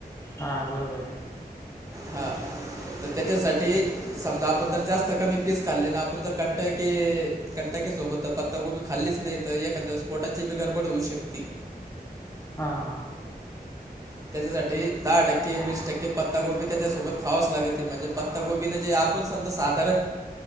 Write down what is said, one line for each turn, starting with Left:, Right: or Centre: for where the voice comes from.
Left: हा बरोबर.
Right: हा. तर त्याच्यासाठी, समजा आपण जर जास्त कमी पीस खाल्ले ना, आपण जर कणटय की कंटाकेसोबत पत्तागोबी खाल्लीच नाही तर, एखांद वेळेस पोटाची बी गडबड होऊ शकती.
Left: हा हा.
Right: त्याच्यासाठी दहा टक्के, वीस टक्के, पत्तागोबी त्याच्यासोबत खावाच लागत, ते म्हणजे पत्तागोबीने जे आप आपूण समजा साधारण